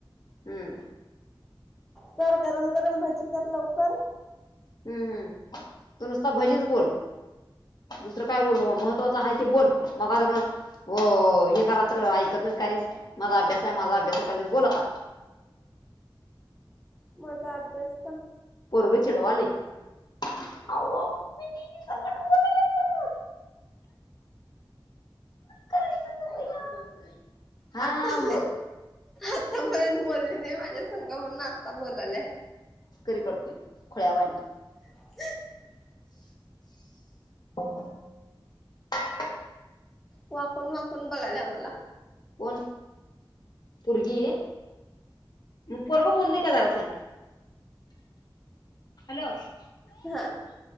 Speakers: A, on the left; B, in the centre.
A: हम्म
B: कर गरम गरम भजी कर लवकर
A: हम्म हम्म तू नुसता भजीच बोल दुसरं काय बोलू नको महत्वाचं आहे ते बोल मगा जरण हो हे करा तर ऐकत नाही का नाही माझा अभ्यास आहे माझा अभ्यास कर बोलता
B: म का अबदस
A: पोरग चिडवाले संकट बोलले <unintelligible> करायचं ग बाई हा
B: आता.
A: मग
B: आतापर्यंत बोलली नाही माझ्या संग, म्हणून आता बोलाल्या.
A: री करतोय खोळ्यावाणी.
B: क
A: रिकाम
B: वाकून वाकून बघाला आम्हाला
A: कोण पोरगी पोरग बुंद क तरस हॅलो
B: हा